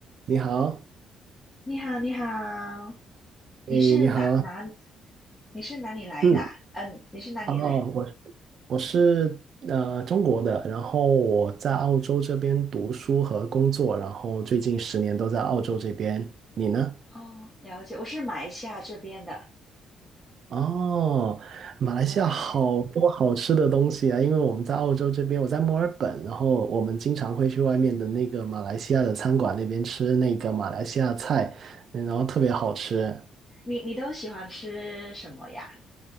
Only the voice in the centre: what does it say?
你好，你好，
你是哪哪？
你是哪里来的啊嗯，
你是哪里人？
哦，了解，我是马来西亚这边的。
对，
你你都喜欢吃什么呀？